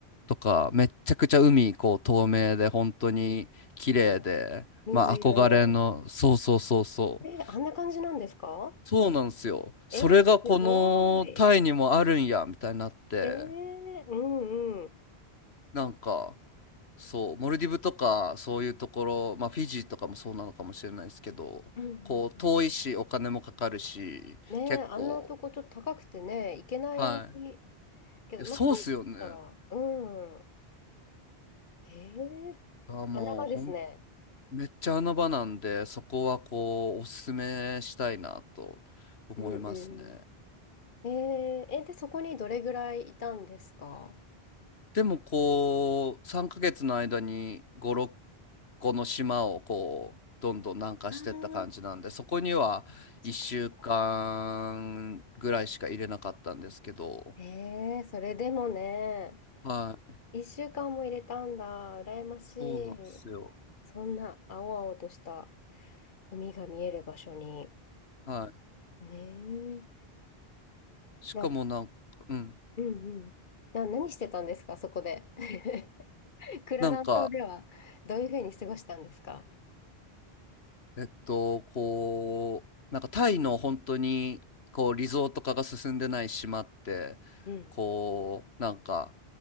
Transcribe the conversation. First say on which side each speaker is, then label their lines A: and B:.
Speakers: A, on the left (about 80°); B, on the left (about 55°).
A: とか、めっちゃくちゃ海、こう、透明で、本当に綺麗で、
B: あの、水色の。
A: まあ、憧れの、そうそうそうそう。
B: えー、あんな感じなんですか
A: そうなんですよ。それがこのタイにもあるんや、
B: えー、すごい。
A: みたいになって、
B: えー、うんうん。
A: なんか、そう、モルディブとか、そういうところ、まあ、フィジーとかもそうなのかもしれないですけど、
B: うんうん
A: こう、遠いし、お金もかかるし、
B: うん。ねえ、
A: 結構、
B: あんなとこちょっと高くてね、行けない
A: はい。
B: けど、
A: いやそうっすよね。
B: まあ、タイだったら、うん。へえ、
A: あ、もう、
B: 穴場ですね。
A: 本めっちゃ穴場なんで、そこはこう、おすすめしたいなと思いますね。
B: うんうんええ、え、で、そこにどれぐらいいたんですか
A: でもこう、3ヶ月の間に5、6個の島をこう、どんどん南下してった感じなんで、
B: ああー、
A: そこには1週間ぐらいしか入れなかったんですけど、
B: そっかそっか。ええ、それでもね、
A: はい、
B: 一週間も入れたんだ。羨ましい。
A: そうなんですよ。
B: そんな青々とした海が見える場所に。
A: はい。
B: ねえ。
A: しかもなんか、
B: な、
A: うん。
B: うんうん。な、何してたんですか、そこで。<laughs> クラダン島ではどういうふうに過ごしたんですか
A: なんか、えっと、こう、なんかタイの本当に、こう、リゾート化が進んでない島って、
B: うん。
A: こう、なんか、